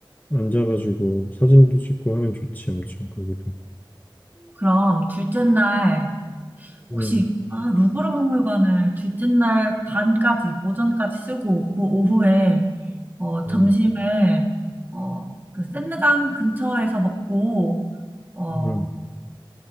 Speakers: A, on the left; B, on the right.
A: 앉아가지고 사진도 찍고 하면 좋지, 엄청 거기도.
B: 그럼 둘째 날, 혹시
A: 음,
B: 아, 루브르 박물관을 둘째 날 반까지, 오전까지 쓰고 그 오후에 어, 점심을
A: 음,
B: 어, 그 센강 근처에서 먹고 어,
A: 음,